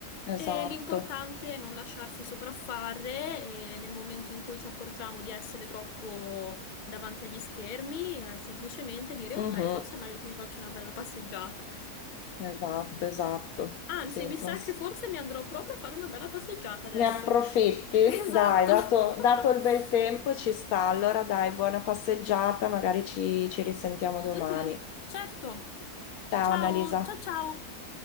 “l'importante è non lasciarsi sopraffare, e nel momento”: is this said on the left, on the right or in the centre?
Left